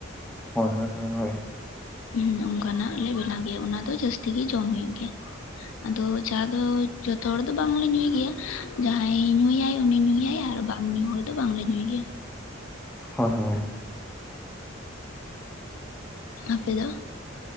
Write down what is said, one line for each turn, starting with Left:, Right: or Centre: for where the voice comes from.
Centre: ᱦᱳᱭ ᱦᱳᱭ ᱦᱳᱭ ᱦᱳᱭ
Left: ᱦᱩ ᱚᱱᱠᱟᱱᱟᱜ ᱞᱮ ᱵᱮᱱᱟᱣ ᱜᱮᱭᱟ ᱚᱱᱟ ᱫᱚ ᱡᱟᱹᱥᱛᱤ ᱜᱮ ᱡᱚᱢ ᱦᱩᱭᱩᱜ ᱜᱮᱭᱟ ᱟᱫᱚ ᱪᱟ ᱫᱚ ᱡᱷᱚᱛᱚ ᱦᱚᱲ ᱫᱚ ᱵᱟᱝᱞᱮ ᱧᱩᱭ ᱜᱮᱭᱟ ᱡᱟᱦᱟᱸᱭ ᱧᱩᱭᱟᱭ ᱩᱱᱤ ᱧᱩᱭᱟᱭ ᱟᱨ ᱵᱟᱝ ᱧᱩ ᱦᱚᱲ ᱫᱚ ᱵᱟᱝᱞᱮ ᱧᱩᱭ ᱜᱮᱭᱟ᱾
Centre: ᱦᱳᱭ ᱦᱳᱭ
Left: ᱟᱯᱮ ᱫᱚ